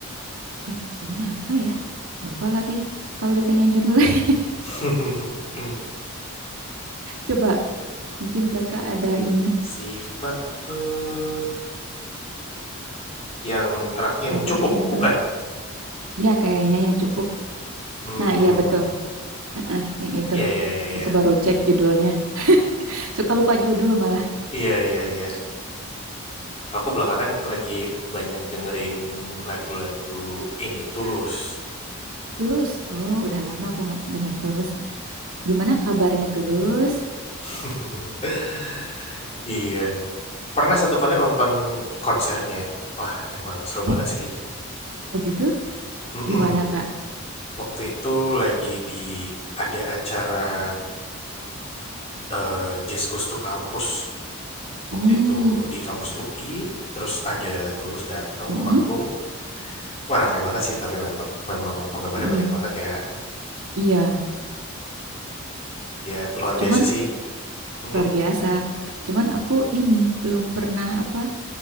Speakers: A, on the right; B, on the left.
A: Duh, judulnya apa ya? Lupa lagi. Kalau ditanya judulnya, <laughs>
B: <laughs>
A: coba mungkin Kakak ada ini
B: Ziva tuh yang terakhir yang
A: yang
B: cukup,
A: terakhir
B: bukan?
A: tuh. Ya, kayaknya yang cukup.
B: Hmm,
A: Nah, iya, betul. Heeh, yang itu.
B: iya iya iya iya.
A: Aku baru cek judulnya. <laughs> Suka lupa judul malah.
B: Iya iya iya. Aku belakangan lagi banyak dengerin lagu-lagu ini Tulus.
A: Tulus. Oh, udah lama aku nggak dengar Tulus. Gimana kabarnya Tulus?
B: <laughs> Iya. Pernah satu kali nonton konsernya. Wah, emang seru banget
A: Oh,
B: sih.
A: Oh gitu?
B: Mhm.
A: Di mana, Kak?
B: Waktu itu lagi di ada acara, eee, Jazz Goes to Campus,
A: Hmm.
B: waktu itu di kampus UI, terus ada Tulus dateng
A: Mm-mm.
B: manggung. Wah, rame banget sih tapi memang, memang penggemarnya
A: Mm-mm.
B: banyak banget ya.
A: Iya,
B: Dia luar
A: cuman
B: biasa sih. Mhm?
A: luar biasa. Cuman aku ini belum pernah apa